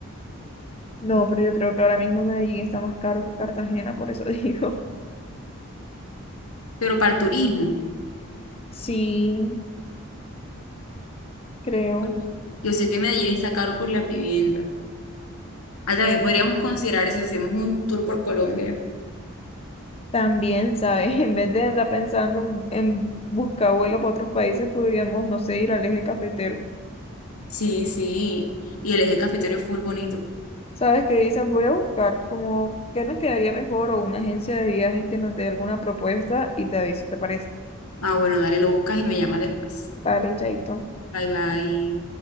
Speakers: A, on the left (about 25°); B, on the left (about 85°).
A: <laughs> no, pero yo creo que ahora mismo Medellín está más caro que Cartagena, por eso <laughs> digo.
B: pero para el turismo.
A: Sí, creo.
B: Pero Yo sé que Medellín está caro por las viviendas. Ah, también podríamos considerar eso, si hacemos un tour por Colombia.
A: También, ¿sabes? En vez de andar pensando en, en buscar vuelo para otros países, podríamos, no sé, ir al eje cafetero.
B: Sí, sí. Y el eje cafetero es full bonito.
A: ¿Sabes qué dices? Voy a buscar como qué nos quedaría mejor o una agencia de viajes que nos dé alguna propuesta y te aviso, ¿te parece?
B: Ah, bueno, dale, lo buscas y me llamas después.
A: Vale, chaito.
B: Bye, bye.